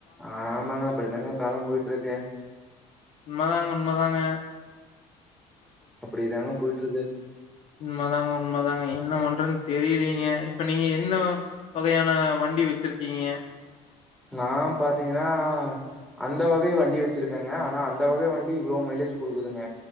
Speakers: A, in the centre; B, on the left.
A: ஆமாங்க அப்படிதாங்க காலம் போயிட்டு இருக்கு
B: உண்மைதாங்க உண்மைதாங்க
A: அப்படிதாங்க போயிட்டு விட்டுருக்கு
B: உண்மைதாங்க உண்மைதாங்க என்ன பண்றன்னு தெரியலீங்க இப்ப நீங்க என்ன வகையான வண்டி வச்சிருக் கீங்க
A: நா பாத்தீங்கன்னா அந்த வகை வண்டி வச்சிருக்கேங்க ஆனா அந்த வகை வண்டி இவ்வளோ மைலேஜ் கொடுக்குதுங்க